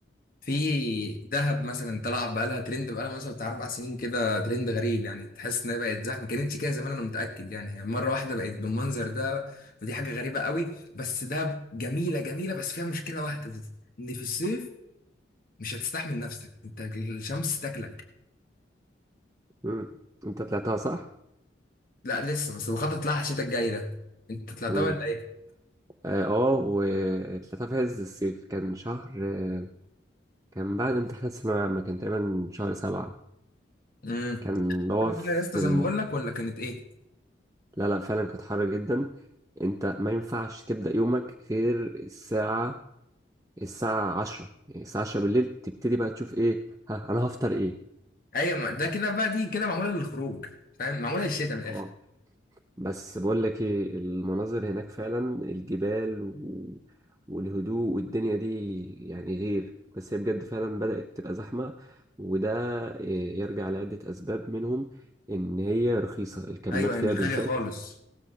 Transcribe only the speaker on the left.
في دهب مثلا طلع بقالها ترند بقالها مثلا بتاع اربع سنين كده ترند غريب يعني تحس انها بقت زحمه ما كانتش كده زمان انا متاكد يعني هي مره واحده بقت بالمنظر ده ودي حاجه غريبه قوي بس دهب جميله جميله بس فيها مشكله واحده بس ان في الصيف مش هتستحمل نفسك انت الشمس تاكلك
لا لسه بس بخطط لها الشتاء الجاي ده انت طلعتها
ولا ايه؟
امم
يا اسطى زي
ما بقول لك ولا كانت ايه؟
ايوه ما ده كده بقى دي كده معموله للخروج فاهم معموله للشتاء من الاخر
ايوه
هي مش
غاليه خالص